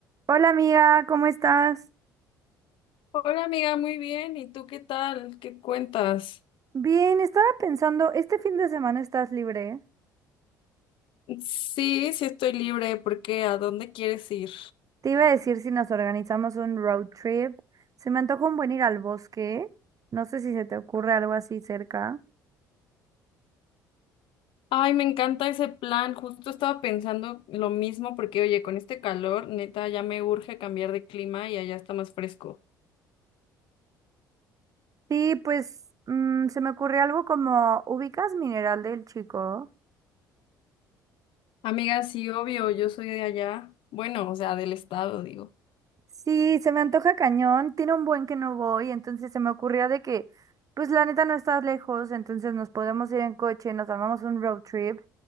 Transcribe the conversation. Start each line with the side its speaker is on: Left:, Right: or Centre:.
Right: Hola amiga, ¿cómo estás?
Left: Hola amiga, muy bien. ¿Y tú qué tal? ¿Qué cuentas?
Right: Bien, estaba pensando, ¿este fin de semana estás libre?
Left: Sí, sí estoy libre, ¿Por qué? ¿a dónde quieres ir?
Right: Te iba a decir si nos organizamos un road trip. Se me antoja un buen ir al bosque. No sé si se te ocurre algo así cerca.
Left: Ay, me encanta ese plan. Justo estaba pensando lo mismo porque, oye, con este calor, neta, ya me urge cambiar de clima y allá está más fresco.
Right: Sí, pues mm, se me ocurre algo como, ¿ubicas Mineral del Chico?
Left: Amiga, sí, obvio, yo soy de allá. Bueno, o sea, del estado, digo.
Right: Sí, se me antoja cañón. Tiene un buen que no voy, entonces se me ocurría de que, pues la neta no estás lejos, entonces nos podemos ir en coche, nos armamos un road trip